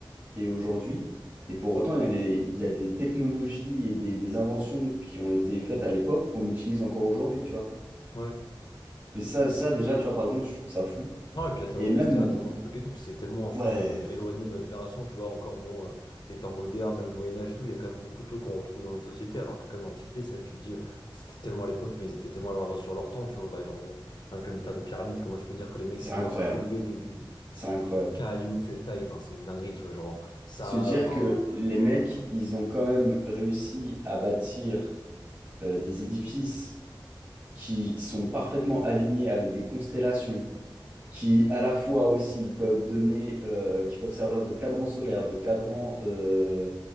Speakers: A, on the right; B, on the left.
A: et aujourd'hui. Et pour autant, il y a des, il y a des technologies et des, des inventions qui ont été faites à l'époque qu'on utilise encore aujourd'hui, tu vois.
B: Ouais.
A: Mais ça, ça, déjà, tu vois, par exemple, je trouve ça fou.
B: Non, et puis il y a tellement
A: Et
B: de
A: même,
B: mystères, il y a tellement de trucs et tout, puis c'est tellement,
A: ouais,
B: je trouve, euh, éloigné de notre génération, tu vois, encore, bon, euh, les temps modernes, même le Moyen-Âge et tout, il y a quand même beaucoup de trucs qu'on retrouve dans notre société, alors que comme l'Antiquité, c'est vrai que tu dis, euh, c'était tellement à l'époque, mais ils étaient tellement à l'avance sur leur temps, tu vois, bah, genre, le, rien que le mystère des pyramides, comment tu peux dire que les mecs
A: c'est
B: étaient capables
A: incroyable.
B: de soulever des, des, des,
A: C'est incroyable.
B: des cailloux de cette taille, enfin, c'est une dinguerie, tu vois, genre, ça,
A: Se dire
B: enfin,
A: que
B: tout,
A: les mecs,
B: euh,
A: ils ont quand même réussi à bâtir euh, des édifices qui sont parfaitement alignés avec des constellations, qui à la fois aussi peuvent donner, euh, qui peuvent servir de cadran solaire, de cadran euh,